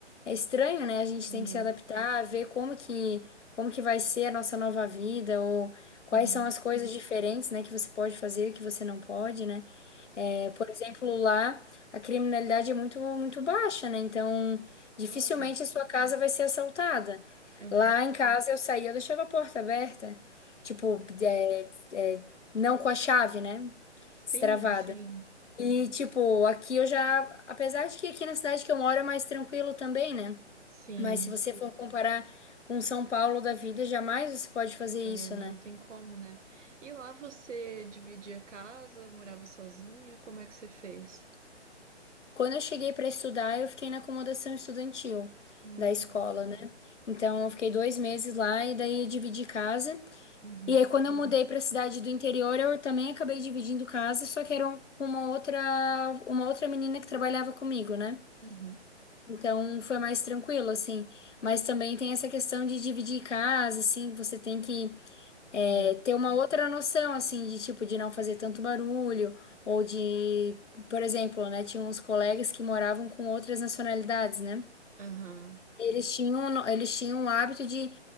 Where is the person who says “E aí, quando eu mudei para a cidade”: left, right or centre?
Left